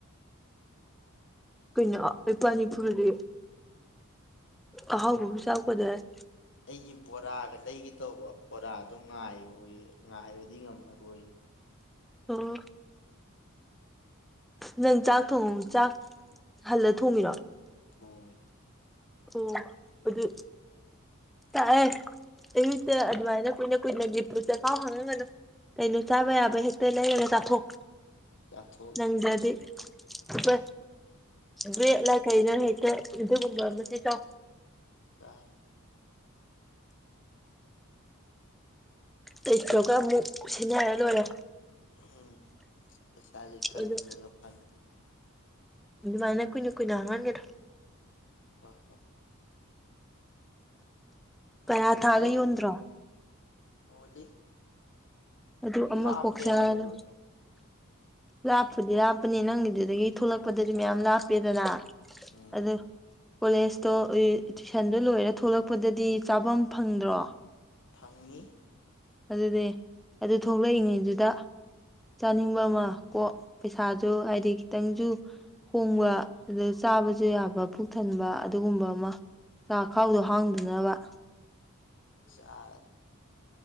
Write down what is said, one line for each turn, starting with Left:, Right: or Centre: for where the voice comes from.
Centre: ꯀꯩꯅꯣ ꯂꯨꯄꯥꯅꯤꯐꯨ ꯗꯨꯗꯤ ꯑꯍꯥꯎꯕꯕꯨ ꯆꯥꯕ ꯀꯩꯗꯧꯋꯦ ꯍꯥꯏꯅꯣ
Left: ꯑꯩꯒꯤ ꯕꯣꯔꯥꯒ ꯂꯩꯒꯦ ꯇꯧꯕ ꯕꯣꯔꯥꯗꯣ ꯉꯥꯏꯌꯣꯌꯦ ꯉꯥꯏꯕꯗꯤ ꯉꯝꯃꯔꯣꯏ
Centre: ꯑꯣ ꯅꯪ ꯆꯥꯛ ꯊꯣꯡ ꯆꯥꯛ ꯍꯜꯂ ꯊꯣꯡꯉꯤꯔꯣ
Left: ꯑꯣ
Centre: ꯑꯣ ꯑꯗꯨ ꯇꯛꯑꯦ ꯑꯩꯃꯤꯠꯇ ꯑꯗꯨꯃꯥꯏꯅ ꯀꯨꯏꯅ ꯀꯨꯏꯅꯒꯤ ꯄꯨ ꯆꯈꯥꯎ ꯍꯥꯡꯍꯟꯒꯅꯨ ꯀꯩꯅꯣ ꯆꯥꯕ ꯌꯥꯕ ꯍꯦꯛꯇ ꯂꯩꯔꯒ ꯆꯥꯊꯣꯛ
Left: ꯆꯥꯊꯣꯛꯏ
Centre: ꯅꯪꯗ꯭ꯔꯗꯤ ꯕꯠ ꯕ꯭ꯔꯦꯠꯂ ꯀꯩꯅ ꯍꯦꯛꯇ ꯑꯗꯨꯒꯨꯝꯕ ꯑꯃꯗꯤ ꯆꯥꯎ
Left: ꯌꯥꯠ
Centre: ꯂꯩꯇ꯭ꯔꯒ ꯑꯃꯨꯛ ꯁꯤꯟꯅꯔ ꯂꯣꯏꯔꯦ
Left: ꯎꯝ ꯄꯩꯁꯥꯖꯦ ꯈꯒ
Centre: ꯑꯗꯨ
Left: ꯈꯒ ꯐꯪꯉꯤ
Centre: ꯑꯗꯨꯃꯥꯏꯅ ꯀꯨꯏꯅ ꯀꯨꯏꯅ ꯍꯥꯡꯍꯟꯒꯗ꯭ꯔꯣ
Left: ꯍ ꯑ
Centre: ꯄꯔꯊꯥꯒ
Left: ꯂꯣꯏ
Centre: ꯌꯣꯟꯗ꯭ꯔꯣ
Left: <unintelligible>
Centre: ꯑꯗꯨ ꯑꯃ
Left: ꯂꯥꯞꯄꯦ
Centre: ꯀꯣꯛ ꯆꯥꯔꯒ
Left: ꯍꯥꯏꯕ ꯂꯣꯏꯅ
Centre: ꯂꯥꯞꯄꯨꯗꯤ ꯂꯥꯞꯄꯅꯤ ꯅꯪꯒꯤꯗꯨꯗꯒꯤ ꯊꯣꯛꯂꯛꯄꯗꯗꯤ ꯃꯌꯥꯝ ꯂꯥꯞꯄꯦꯗꯅ
Left: ꯎꯝ
Centre: ꯑꯗꯨ ꯀꯣꯂꯦꯖꯇꯣ ꯎꯏ ꯇꯨꯏꯁꯟꯗꯣ ꯂꯣꯏꯔ ꯊꯣꯛꯂꯛꯄꯗꯗꯤ ꯆꯥꯕꯝ ꯐꯪꯗ꯭ꯔꯣ
Left: ꯐꯪꯏꯉꯤ
Centre: ꯑꯗꯨꯅꯦ ꯑꯗꯨ ꯊꯣꯛꯂꯛꯏꯉꯩꯗꯨꯗ ꯆꯥꯅꯤꯡꯕ ꯑꯃ ꯀꯣ ꯄꯩꯁꯥꯁꯨ ꯍꯥꯏꯗꯤ ꯈꯤꯇꯪꯁꯨ ꯍꯣꯡꯕ ꯑꯗꯩ ꯆꯥꯕꯁꯨ ꯌꯥꯕ ꯄꯨꯛ ꯊꯟꯕ ꯑꯗꯨꯒꯨꯝꯕ ꯑꯃ ꯆꯥꯈꯥꯎꯗꯣ ꯍꯥꯡꯗꯅꯕ
Left: ꯆꯥꯛ